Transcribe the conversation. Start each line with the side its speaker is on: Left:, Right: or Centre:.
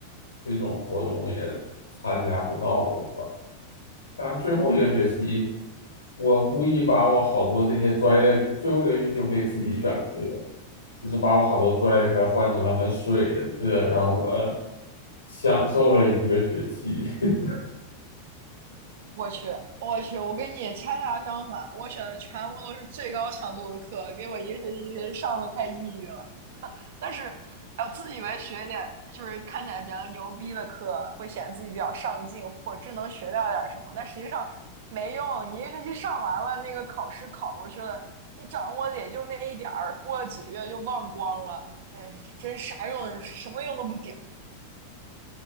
Left: 这种活动也参加不到多少。是最后一个学期，我故意把我好多这些专业，最后一个学期我可以自己选课，就是把我好多专业课换成了很水的课，然后我享受了一个学期。<laughs>
Right: 我去，我去，我跟你恰恰相反，我选的全部都是最高强度的课，给我一个学期上的快抑郁了。但是，哎，我自以为学点就是看起来比较牛逼的课，会显得自己比较上进，或者真能学到点什么，但实际上没用。你一学期上完了，那个考试考过去了，你掌握的也就那一点儿，过了几个月就忘光了。哎，真啥用，什么用都不顶。